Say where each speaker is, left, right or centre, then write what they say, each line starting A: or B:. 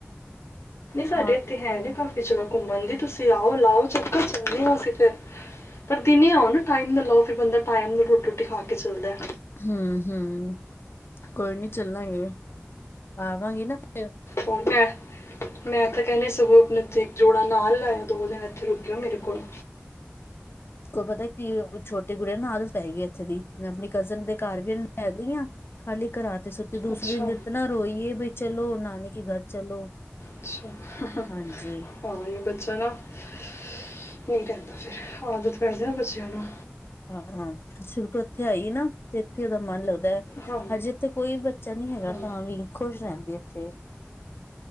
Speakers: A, on the left (about 75°); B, on the left (about 60°).
A: ਸਾਡੇ
B: ਹਾਂ
A: ਇੱਥੇ ਹੈ ਨੇ ਕੰਮ ਕਿਤੇ ਵੇਲੇ, ਘੁੰਮਣ ਚੱਲਦੇ ਹਾਂ। ਤੁਸੀਂ ਆਓ, ਇੱਕ ਚੱਕਰ ਲਾ ਆਈਏ, ਫਿਰ ਅਸੀਂ ਚੱਲਦੇ ਹਾਂ। ਪਰ ਦਿਨ ਹੀ ਆਓ ਨਾ ਟਾਈਮ ਨਾਲ ਆਓ ਫਿਰ ਬੰਦਾ ਟਾਈਮ ਨਾਲ ਰੋਟੀ ਖਾ ਕੇ ਚੱਲਦਾ ਹੈ।
B: ਹੂੰ-ਹੂੰ ਕੋਈ ਨੀ ਚੱਲਾਂਗੇ ਆਵਾਂਗੇ ਨਾ ਫੇਰ
A: ਉਕੇ ਮੈਂ ਤਾਂ ਕਹਿੰਦੀ ਸਗੋਂ ਆਪਣੇ ਇੱਕ ੳਥੇ ਜੋੜਾ ਨਾਲ ਲਾਇਓ ਦੋ ਦਿਨ ਇੱਥੇ ਰੁਕਿਓ ਮੇਰੇ ਕੋਲ
B: ਕੋਈ ਪਤਾ ਕੀ ਛੋਟੇ ਗੁੜਿਆ ਨੂੰ ਆਦਤ ਪੈ ਗਈ ਇੱਥੇ ਦੀ ਮੈਂ ਆਪਣੀ ਕਜ਼ਨ ਦੇ ਘਰ ਵੀ ਲੈ ਗਈ ਆਂ। ਖਾਲੀ ਕਰਾਤੀ ਸੁੱਤੀ ਦੂਸਰੇ
A: ਅੱਛਾ
B: ਦਿਨ ਇਤਨਾ ਰੋਈ ਏ ਬਈ ਚਲੋ ਨਾਨੀ ਕੀ ਘਰ ਚਲੋ।
A: ਅੱਛਾ <inaudible>
B: ਹਾਂਜੀ
A: ਹਾਂ ਬੱਚਾ ਨਹੀਂ ਰਹਿੰਦਾ <inaudible> ਆਦਤ ਪੈ ਬੱਚਿਆਂ ਨੂੰ
B: ਹਾਂ-ਹਾਂ ਸ਼ੁਰੂ ਤੋਂ ਹੀ ਇੱਥੇ ਆਈ ਹੈ ਨਾ ਇਥੇ ਇਹਦਾ ਮਨ ਲੱਗਦਾ।
A: ਹਾਂ
B: ਅਜੇ, ਇੱਥੇ ਕੋਈ ਬੱਚਾ ਨਹੀਂ ਹੇਗਾ,
A: ਹਾਂ,
B: ਤਾਂ ਵੀ ਖੁਸ਼ ਰਹਿਣ ਗੇ, ਇੱਥੇ